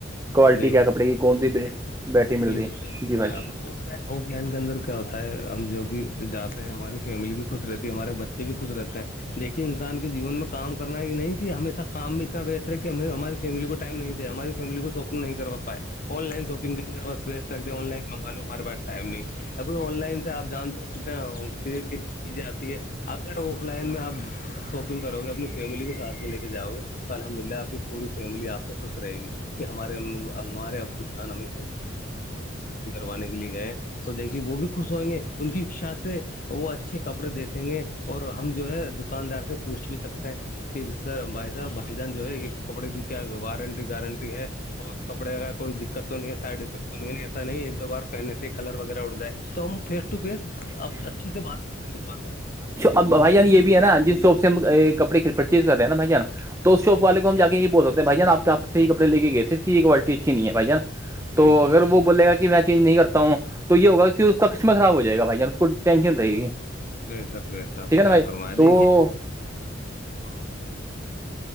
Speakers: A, on the right (about 15°); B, on the left (about 45°).
A: کوالٹی
B: دیکھیے
A: کیا کپڑے کی کون سی
B: دیکے
A: بیٹی مل
B: بالکل
A: رہی ہے
B: صحیح فرمایا
A: جی بھائی
B: آپ نےو ف لن کے اندر کیا ہوتا ہے ہم جو بھی جاتے ہیں ہماری فیملی بھی خوش رہتی ہے ہمارے بچ یہ بھی خوش رہتا ہے دیکھیے انسان کے جیون میں کام کرنا ہی نہیں کہ ہمیشہ کام میں اتنا وتر ہے کہ ہم ہماری فیملی کو ٹم نہیں دے ہماری فیملی کو شاپنگ نہیں کر پائے آن لائن شاپنگ کے انر بس بھیچ ستے ہیں آن لائن مگا لو ہمارےاسٹائم نہیں ا آن لائن سے آپ جانتے ہو کتنا کیسی چیزیں آتی ہے آپ کیا آف لائن میں آپ شاپنگ کرو گے اپنی فیملی کو ساتھ میں لے کے جاؤ گے تو الحمد للہ آپ کی پوری فیملی آپ سے خوش رہے گی کہ ہمارے ہمارے ابو جان ہم وانے کے لیے گئے تو دیکے وہ بھی خوش ہوئیں گے ان کی اچھا سے وہ اچھے کپڑے دیکھیں گے اور ہم جو ہے دکاندار سے پوچھ بھی سکتے کہ سر بھائی صاحب بھائی جان جو ہے کپڑے کی کیا وارنٹی گارنٹی ہے اور کپڑے کا کوئی دقت تو نہیں ہے سائڈ افیکٹ تو نہیں ن ایسا نہیں ایک دو بار پہننے سے ہی کلر وغیرہ اٹ جائے تو ہم فیس ٹو فیس
A: ج
B: اب
A: <unintelligible>
B: اچھے سےات کرتے ہیں دکاندار سے اچھے سے بات کر
A: اب بھائی جان یہ بھی ہے نا جس شاپ سے ہم کپڑے پرچیز کر رہے ہیں نا بھائی جانا تو اس شاپ
B: جی
A: والے کو
B: جی
A: ہم جا کے ہی بول ستے بھائی ج آپ سے ہی کپڑے کے گئے تھے کوالٹی اچھی نہیں ہے
B: جی
A: بھائی ج ن تو
B: بے شک
A: اگر وہ بولےا کہ میں چینج نہیں کرتا ہوں تو یہ ہوگا کہ اس کا قسمت خراب ہو جائے گ بھائی جان اس کو ٹینشن
B: بہ
A: رہے
B: سر
A: گی
B: بہ سر بہ سر
A: ٹھیک ہے
B: صحیح
A: نا بھائی
B: فرمائے
A: تو
B: دیکھیے
A: وہ
B: ہاں ف بھائی <unintelligible>